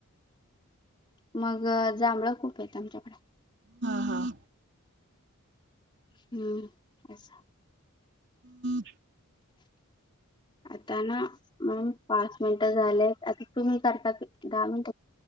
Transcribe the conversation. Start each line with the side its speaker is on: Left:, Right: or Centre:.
Left: મગ જાંબુ ખૂબ એ આમ કડ.
Right: હા, હા.
Left: હમ, એસ.
Right: હમ.
Left: આ ના, મેં પાંચ મિનિટ લેતું એમ કરતા દા મન.